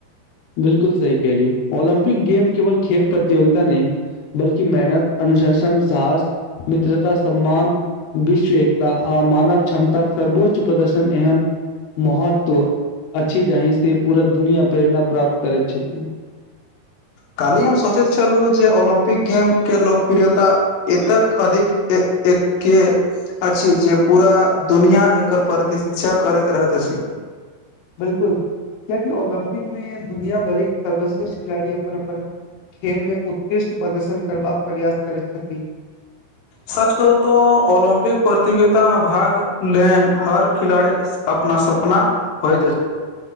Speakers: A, on the left; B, on the left.
A: बिलकुल सही कहलियै ओलम्पिक गेम केवल खेल प्रतियोगिता नहि बल्कि मेहनत अनुशासन साहस मित्रता सम्मान विश्व एकता आ मानव क्षमताक सर्वोच्च प्रदर्शन एहन महत्व अछि जाहि से पूरा दुनिया प्रेरणा प्राप्त करैत छथिन
B: काल्हि हम सोचैत छलहुँ जे ओलम्पिक गेम के लोकप्रियता एतक अधिक ए एके अछि जे पूरा दुनिया एकर प्रतीक्षा करैत रहैत अछि
A: बिलकुल क्याकि ओलम्पिक मे दुनिया भरिक सर्वश्रेष्ठ खिलाड़ी अपन अपन खेलमे उत्कृष्ट प्रदर्शन करबाक प्रयास करैत छथि
B: सच कहू तो ओलम्पिक प्रतियोगिता में भाग लेन हर खिलाड़ी क अपना सपना होइत अछि